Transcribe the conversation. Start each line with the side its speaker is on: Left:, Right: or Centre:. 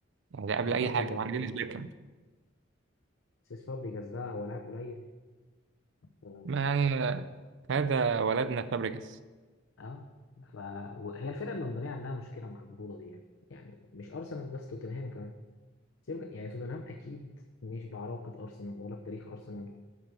Right: يعني ده قبل
Left: وفابريجاز
Right: اي حاجة معاك
Left: برضه
Right: دينيس بيركامب
Left: سيس فابريجاز ده هو لاعب قليل اه
Right: ما يعني آه، هذا ولدنا فابريجاس
Left: آه. ف... وهي الفرقه اللندنيه عندها مشكله مع البطوله دي يعني يعني مش ارسنال بس توتنهام كمان سيبك- يعني توتنهام اكيد مش بعراقه ارسنال ولا بتاريخ ارسنال